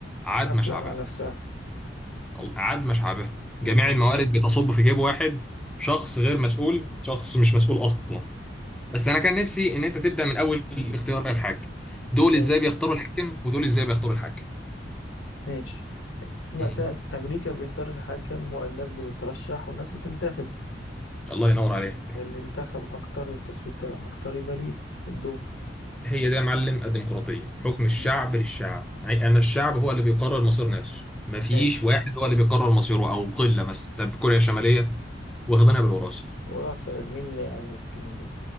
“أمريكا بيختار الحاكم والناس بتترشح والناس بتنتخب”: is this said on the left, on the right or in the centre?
Left